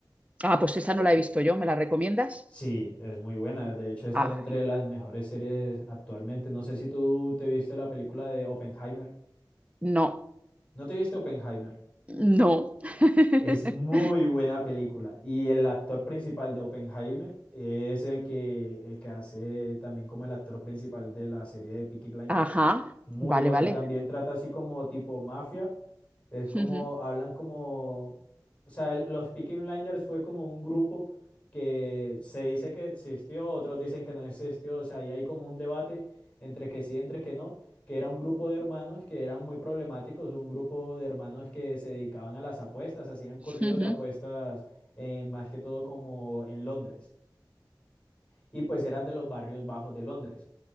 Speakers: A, on the right; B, on the left.
A: ah, pues esa no la he visto yo, ¿me la recomiendas?
B: Sí, es muy buena. De hecho, está
A: Ah,
B: entre las mejores series actualmente. No sé si tú te viste la película de Oppenheimer.
A: no,
B: ¿No te viste Oppenheimer?
A: no. <laughs>
B: Es muy buena película. Y el actor principal de Oppenheimer es el que, el que hace también como el actor principal de la serie de Peaky Blinders.
A: Ajá,
B: Muy
A: vale,
B: buena.
A: vale.
B: También trata así como tipo mafia. Es como,
A: Ujú,
B: hablan como, o sea, el- los Peaky Blinders fue como un grupo que se dice que existió, otros dicen que no existió. O sea, ahí hay como un debate entre que sí, entre que no que era un grupo de hermanos que eran muy problemáticos, un grupo de hermanos que se dedicaban a las apuestas, hacían corridos
A: ujú.
B: de apuestas eh, más que todo como en Londres, y pues eran de los barrios bajos de Londres.